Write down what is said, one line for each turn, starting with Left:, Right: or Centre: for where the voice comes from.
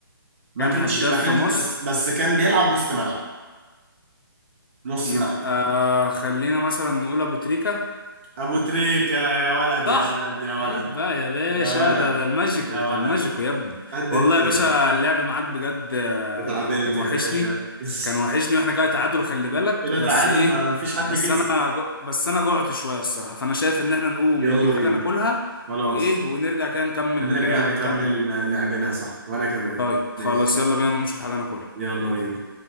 Right: ما
Left: كان
Right: كانش
Left: هداف
Right: ما كانش
Left: في مصر
Right: بس بس كان بيلعب وسط ملعب نص
Left: يبقى
Right: ملعب
Left: خلينا مثلا نقول ابو تريكة
Right: ابو تريكة يا ولد
Left: صح
Right: يا ولد يا ولد
Left: عيب بقى يا باشا
Right: يا ولد
Left: ده ده الماجيكو
Right: يا ولد
Left: ده الماجيكو يا ابني
Right: قد
Left: والله
Right: الدنيا
Left: يا باشا اللعب معاك بجد آه،
Right: اتعادلت
Left: وكان
Right: يا
Left: وحشني
Right: باشا <laughs>
Left: كان وحشني واحنا كده تعادل خلي بالك
Right: كده
Left: بس
Right: تعادل
Left: ايه
Right: ما فيش حد
Left: بس
Right: كسب
Left: انا جو... بس انا جوعت شوية الصراحة فانا شايف ان احنا نقوم
Right: يلا
Left: نجيب
Right: بينا
Left: حاجة ناكلها
Right: خلاص
Left: وايه ونرجع كده نكمل
Right: هنرجع
Left: آه،
Right: نكمل
Left: نكمل
Right: لعبنا صح وانا كمان
Left: طيب
Right: ماشي
Left: خلاص يلا بينا نقوم نشوف حاجة ناكلها
Right: يلا بينا